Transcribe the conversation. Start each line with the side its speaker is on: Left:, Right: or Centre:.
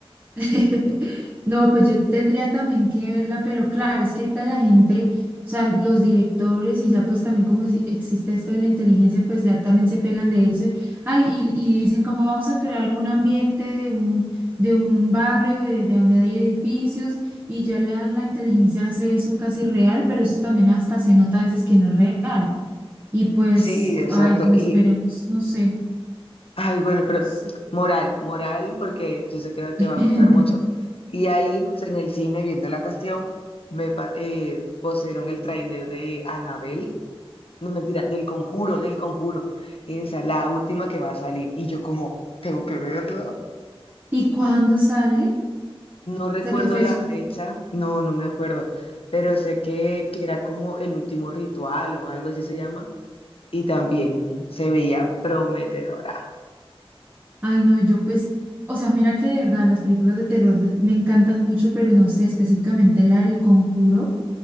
Right: <laughs> No, pues yo tendría también que verla, pero claro, es que ahorita la gente, o sea, los directores y ya pues también como si existe esto de la inteligencia, pues ya también se pegan de eso. Ay, y, y dicen cómo vamos a crear un ambiente de un, de un barrio, de, de donde hay edificios, y ya la, la inteligencia hace eso casi real, pero eso también hasta se nota a veces que no es real. Y pues,
Left: Sí, exacto.
Right: ay, esperemos,
Left: Y
Right: no sé.
Left: Ay, bueno, pero
Right: Sí.
Left: moral, moral, porque yo sé que te
Right: <laughs>
Left: va a gustar mucho. Y ahí, pues en el cine, viendo la cuestión, me pa- eh, pusieron el tráiler de Anabel, no mentira, del Conjuro, del Conjuro. Esa, la última que va a salir. Y yo como, tengo que verla.
Right: ¿Y cuándo sale?
Left: No recuerdo
Right: ¿O sea, qué fecha?
Left: la fecha, no, no me acuerdo, pero sé que, que era como el último ritual o algo así se llama. Y también se veía prometedora.
Right: Ay, no, yo pues, o sea, mira que de verdad las películas de terror de- me encantan mucho, pero no sé, específicamente la del Conjuro.